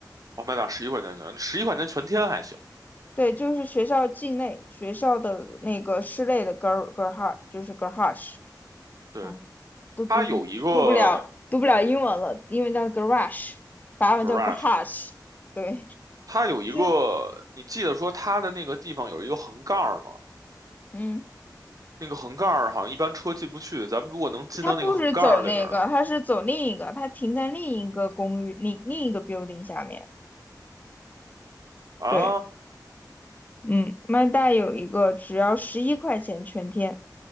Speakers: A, on the right (about 55°); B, on the left (about 25°).
A: 我麦打十一块钱全，十一块钱全天还行。
B: 对，就是学校境内学校的那个室内的 Ger Gerhard 就是 g e r h a r e
A: 对，
B: 啊，都读不读不了读不了英文了，
A: 它有一个
B: 英文叫 Garage，法文叫
A: garage
B: g a r
A: 吗？
B: a g e 对，
A: 它有一个，
B: <laughs> 就
A: 你记得说它的那个地方有一个横杠儿吗？
B: 嗯，
A: 那个横杠儿好像一般车进不去，咱们如果能进到那个横杠儿里边儿呢？
B: 他不是走那个，他是走另一个，他停在另一个公寓另另一个 building 下面，
A: 啊，
B: 对。嗯，麦袋有一个只要十一块钱全天。